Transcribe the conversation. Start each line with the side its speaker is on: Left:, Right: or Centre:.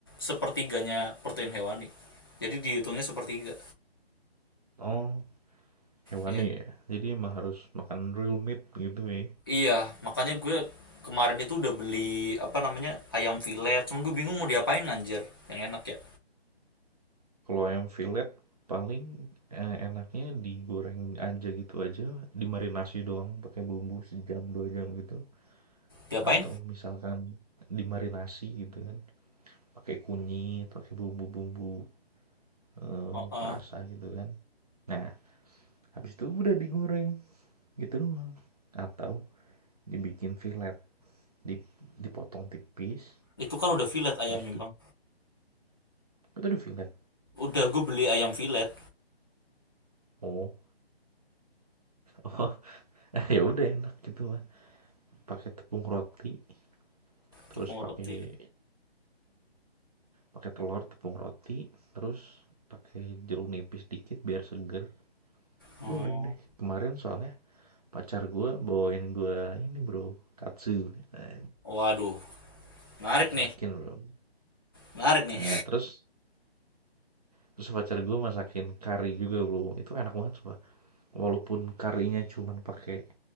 Left: sepertiganya protein hewani. Jadi dihitungnya sepertiga.
Right: Oh, hewani
Left: Iya.
Right: ya. Jadi emang harus makan real meat gitu ya.
Left: Iya, makanya gue kemarin itu udah beli apa namanya ayam filet. Cuman gue bingung mau diapain anjir. Yang enak ya.
Right: Kalau ayam fillet paling eh, enaknya digoreng aja gitu aja, dimarinasi doang pakai bumbu sejam dua jam gitu.
Left: Diapain?
Right: Atau misalkan dimarinasi gitu kan, pakai kunyit, pakai bumbu-bumbu eh,
Left: Oh, oh.
Right: perasa gitu kan. Nah, habis itu udah digoreng gitu doang. Atau dibikin fillet dip, dipotong tipis
Left: Itu kan udah filet ayamnya,
Right: habis itu
Left: Bang.
Right: itu udah fillet
Left: Udah gue beli ayam filet
Right: oh oh <laughs> ya udah enak gitu mah pakai tepung roti terus
Left: tepung
Right: pakai
Left: roti.
Right: pakai telur tepung roti terus pakai jeruk nipis dikit biar seger
Left: Oh.
Right: goreng deh kemarin soalnya pacar gue bawain gue ini bro katsu nah,
Left: Waduh, menarik
Right: masakin
Left: nih.
Right: bro
Left: Menarik nih.
Right: nah terus terus pacar gue masakin kari juga bro itu enak banget coba walaupun karinya cuman pakai